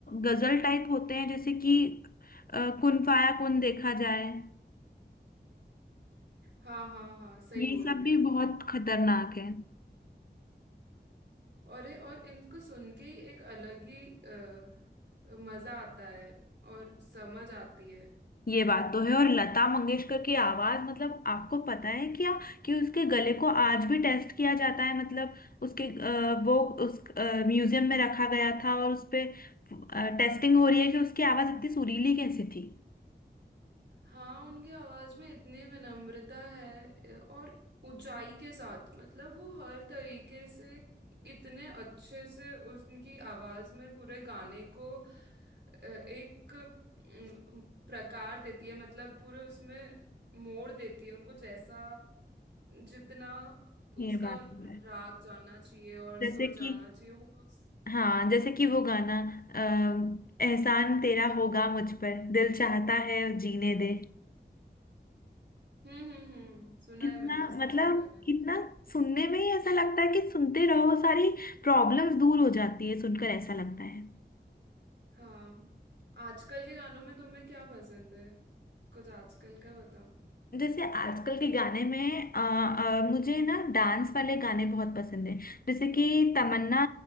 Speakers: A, on the left (about 55°); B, on the right (about 75°).
A: गजल टाइप होते हैं जैसे कि अ, कुन फाया कुन देखा जाए
B: हाँ हाँ हाँ सही
A: ये
B: बोल
A: सब
B: रहे
A: भी
B: हो
A: बहुत खतरनाक है
B: अरे और इनको सुन के ही एक अलग ही अ, मजा आता है और समझ आती है
A: ये बात तो है और लता मंगेशकर की आवाज मतलब आपको पता है क्या कि उसके गले को आज भी टेस्ट किया जाता है मतलब उसके अ, वो उस म्यूजियम में रखा गया था और उस पे टेस्टिंग हो रही है कि उसकी आवाज इतनी सुरीली कैसे थी
B: हाँ उनकी आवाज में इतनी विनम्रता है अ, और ऊंचाई के साथ मतलब वो हर तरीके से इतने अच्छे से उनकी आवाज में पूरे गाने को अ, एक अम, प्रकार देती है मतलब पूरे उसमें मोड़ देती है उनको जैसा जितना
A: ये
B: उसका
A: बात तो है
B: राग जाना चाहिए और
A: जैसे
B: सुर
A: कि
B: जाना चाहिए वो उस-
A: हाँ जैसे कि वो गाना अ, एहसान तेरा होगा मुझ पर दिल चाहता है जीने दे
B: हम्म हम्म हम्म सुना
A: कितना
B: है मैंने उसके
A: मतलब
B: बारे में
A: कितना सुनने में ही ऐसा लगता है कि सुनते रहो सारी प्रॉब्लम्स दूर हो जाती है सुनकर ऐसा लगता है
B: हाँ आजकल के गानों में तुम्हें क्या पसंद है कुछ आजकल का बताओ
A: जैसे आजकल के गाने में अ, अ, मुझे ना डांस वाले गाने बहुत पसंद है जैसे कि तमन्ना